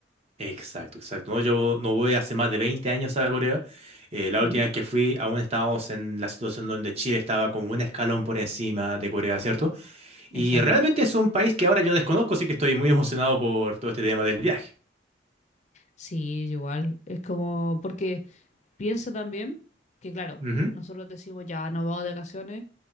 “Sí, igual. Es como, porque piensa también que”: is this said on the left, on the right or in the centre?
Left